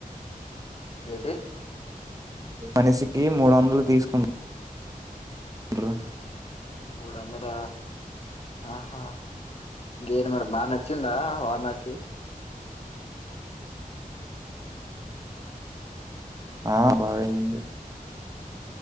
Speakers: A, on the left; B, on the right.
A: ఏటు
B: మనిషికి మూడందలు తీసుకున్ అంట్రు
A: మూడు వందల ఆహా ఇంకేటి మరి బాగా నచ్చిందా వారానాసి
B: ఆ బాగా అయ్యింది.